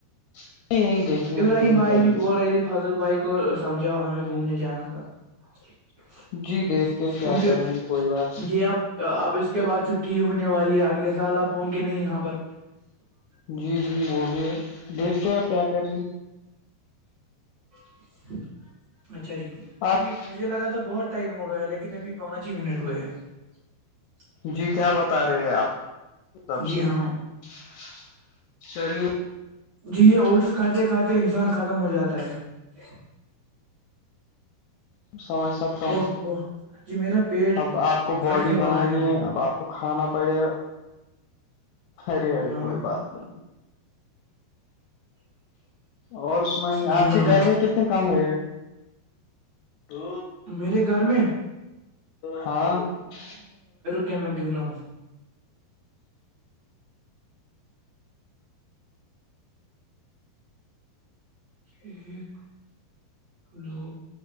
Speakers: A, on the left (about 85°); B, on the right (about 65°).
A: نہیں نہیں دیکھیں
B: ابراہیم
A: گے کہیں
B: بھائی
A: جائیں
B: بھی
A: گے
B: بول رہے تھے فضل بھائی کو سمجھاؤ ہمیں گھومنے جانا تھا <unintelligible>
A: جی دیکھتے
B: کیونکہ
A: کیا کریں گے کوئی بات
B: یہ اب اب اس کے بعد چھٹی ہوئی <unintelligible> والی اگلے سال آپ <unintelligible> ہوں گے نہیں یہاں پر <unintelligible>
A: جی جی وہ بھی ہے دیکھتے آپ کیا کریں گے
B: <inaudible> اچھا جی ابھی
A: آپ
B: مجھے لگا تھا بہت ٹائم ہو گیا لیکن <unintelligible> میںبھی پانچ ہی منٹ ہوئے ہیں <unintelligible>
A: جی کیا بتا رہے ہیں آپ <unintelligible> سب سے
B: جی ہاں
A: <unintelligible> چلیے <unintelligible>
B: جی یہ اٹس کھاتے کھاتے انسان ختم ہو جاتا ہے <unintelligible>
A: سمج سکھم
B: اوہ
A: <unintelligible>
B: اوہ جی میرا پیٹ
A: اب آپ کو
B: پھٹنے
A: باڈی بنانی
B: والا ابھی
A: ہے اب آپ کو کھانا <unintelligible> پرڑے <unintelligible> ارے ارے
B: ہاں
A: کوئی بات نہیں اور سنائی
B: جی
A: آپ
B: ہاں
A: کے گھر میں کتنے کام ہے او
B: میرے گھر میں
A: ہاں <unintelligible>
B: کی میں گنا ہوں ایک دو